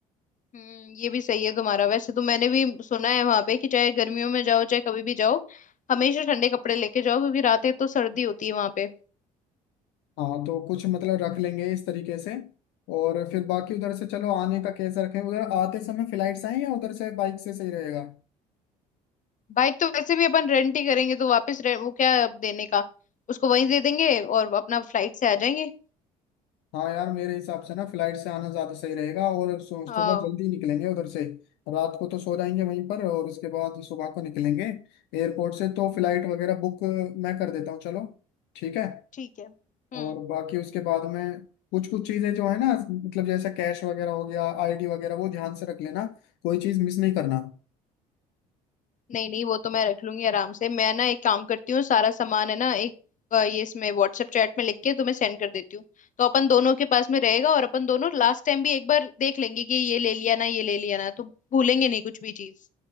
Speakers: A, on the left (about 40°); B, on the left (about 65°).
A: हम्म ये भी सही है तुम्हारा वैसे तो मैंने भी सुना है वहां पे कि चाहे गर्मियों में जाओ चाहे कभी भी जाओ हमेशा ठंडे कपड़े लेके जाओ क्योंकि रातें तो सर्दी होती है वहां पे
B: हाँ तो कुछ मतलब रख लेंगे इस तरीके से और फिर बाकी उधर से चलो आने का कैसे रखें उधर आते समय फ्लाइट से आए या उधर से बाइक से सही रहेगा
A: बाइक तो वैसे भी अपन रेंट ही करेंगे तो वापस रे- वो क्या है अब देने का उसको वहीं दे देंगे और अपना फ्लाइट से आ जाएंगे
B: हाँ यार मेरे हिसाब से ना फ्लाइट से आना ज्यादा सही रहेगा और सु-
A: हाँ
B: सुबह जल्दी निकलेंगे उधर से रात को तो सो जाएंगे वहीं पर और उसके बाद सुबह को निकलेंगे एयरपोर्ट से तो फ्लाइट वगैरह बुक मैं कर देता हूँ चलो ठीक है
A: ठीक है हम्म
B: और बाकी उसके बाद में कुछ कुछ चीजें जो है ना मतलब जैसा कैश वगैरह हो गया आईडी वगैरह वो ध्यान से रख लेना कोई चीज मिस नहीं करना
A: नहीं नहीं वो तो मैं रख लूंगी आराम से मैं ना एक काम करती हूँ सारा सामान है ना एक अ, ये इसमें व्हाट्सएप चैट में लिख के तुम्हें सेंड कर देती हूँ तो अपन दोनों के पास में रहेगा और अपन दोनों लास्ट टाइम भी एक बार देख लेंगे कि ये ले लिया ना ये ले लिया ना तो भूलेंगे नहीं कुछ भी चीज